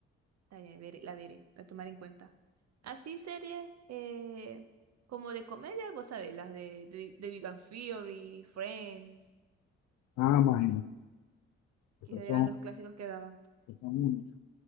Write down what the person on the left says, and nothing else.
Nada más, y esas
son,
esas son únicas.